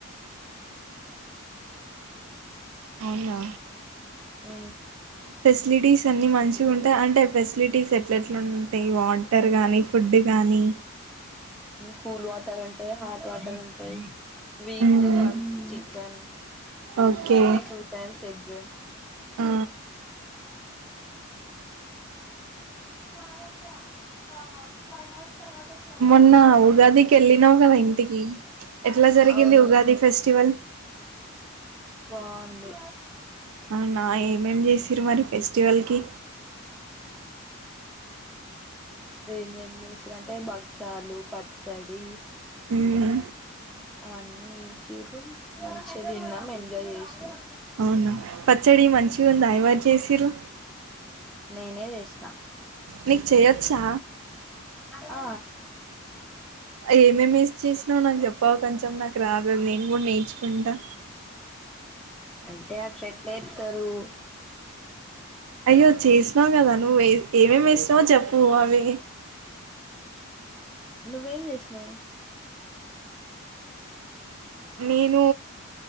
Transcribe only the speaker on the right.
అవునా
ఫెసిలిటీస్ అన్ని మంచిగా ఉంటాయి అంటే ఫెసిలిటీస్ ఎట్ల ఎట్లా ఉంటాయి వాటర్ గానీ ఫుడ్ గానీ
మ్మ్
ఓకే
ఆ
మొన్న
ఉగాది కి వెళ్ళినావు కదా ఇన్ టికి ఎట్లా జరిగింది
ఉగాది ఫెస్టివల్
ఆ నాయి ఏమేమ్ చేస్సిర్రు మరి ఫెస్టివల్కి
మ్మ్ హు
అవునా పచ్చడి మంచి చిగుంద ఎవ్వరు చేస్సిర్రు
మీరు చెయొచ్చా
ఏమేమేం ఏసీ చేసి ను్వు నాకు చెప్పావు కొంచెం నాకు రావదు నేను కూడా నేర్చుకుంటా
అయ్యో చేసినావు కదా నువ్వు ఏమేమి వేసినావో చెప్పు అవి
నేను